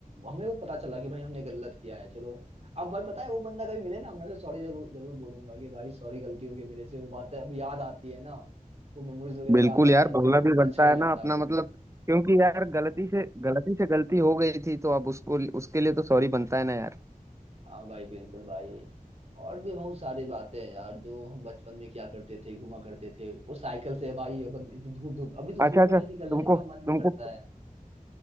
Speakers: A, on the right; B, on the right.
A: हमें वो पता चला कि भाई हमने गलत किया है चलो अब भाई पता है वो बंदा कभी मिले ना मैं उसे सॉरी जरूर जरूर बोलूंगा कि भाई सॉरी गलती हो गई मेरे से वो बातें अब याद आती है ना वो मेमोरीज वगैरह
B: बिल्कुल
A: याद आती
B: यार
A: है
B: बोलना
A: ना तो
B: भी बनता
A: अच्छा नहीं
B: है
A: लगता
B: ना अपना
A: है वो
B: मतलब क्योंकि यार गलती से गलती से गलती हो गई थी तो अब उसको उसके लिए तो सॉरी बनता है ना यार
A: हाँ भाई बिल्कुल भाई और भी बहुत सारी बातें हैं यार जो हम बचपन में क्या करते थे घुमा करते थे उस साइकिल से भाई अपन इतनी धूप धूप अभी तो
B: अच्छा
A: धूप में
B: अच्छा
A: कहीं
B: तुमको
A: निकलने का मन
B: तुमको
A: नहीं करता है